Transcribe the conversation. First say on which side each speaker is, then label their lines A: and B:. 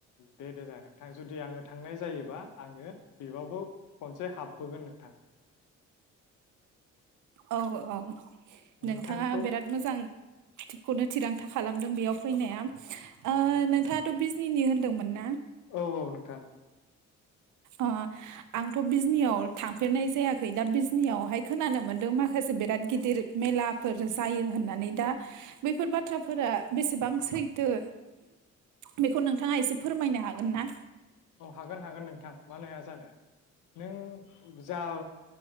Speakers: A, on the left; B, on the right.
A: दे दे जाह नोंथां जुदि आङो थांनाय जायोबा आङो बेवबो खनसे हाबबोगोन नोंथां
B: औ औ
A: नोंथांखौ
B: नोंथाङा बिराद मोजां थिगखौनो थिरांथा खालाम दों बेयाव फैनाया ओ
A: औ औ नोंथां
B: नोंथाङाथ' बिजनि होन दोंमोन ना
A: औ औ नोंथां
B: अ आंथ' बिजनियाव थांफेरनाय जायाखै दा बिजनियावहाय खोनानो मोन्दों माखासे बिराद गिदिर मेलाफोर जायो होननानै दा बैफोर बाथ्राफोरा बेसेबां सैथो बेखौ नोंथाङा एसे फोरमायनो हागोन ना
A: औ हागोन हागोन नोंथां मानो हाया जानो नों जा